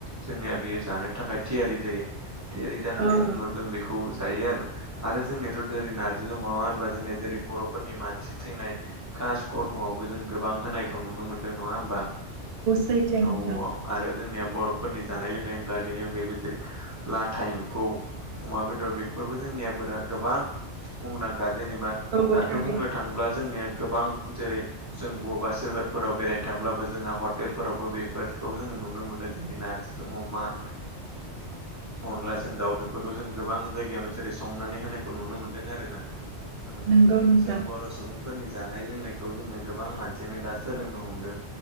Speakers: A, on the right; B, on the right.
A: जोंनिया बेयो जानो थाखाय थियारि जायो थियारि जाखांनायनि
B: औ
A: उनाव जों बेखौ जायो आरो ना आरो जोंनियाथ' जेरै नारजि दं होनबा जोंनिया जेरै बर'फोरनि मानसि थैनाय कास कर्मआवबो जों गोबां होनायखौ नुनो मोनदों नंङा होमबा औ
B: सैथो नोंथां
A: औ औ आरो जोंनिया बर'फोरनि जानाय लोंनायब्ला बेनि अनगायैबो जेरै लाथा एम्फौ अमा बेदर बेफोरबो जोंनिया बोरा गोबां मुंदांखा जेनेबा
B: औ
A: दाथ'
B: थारैनो
A: बुंनो थांङोब्ला जोंनिया गोबां जेरै जों बबेबा सोहोरफोराव बेरायनो थांब्लाबो जोंङो हटेलफोरावबो बेफोरखौबो जोंङो नुनो मोनो जेरै नारजिजों अमा अनलाजों दाउ बेफोरखौ जों गोबां जायगायावनो जेरै संनानै होनायखौ नुनो मोन्दों आरो ना औ
B: नंगौ नोंथां
A: जों बर' सुबुंफोरनि जानाय लोंनायखौ जोंनो गोबां मानसियानो दा सोलोंनो हमदों।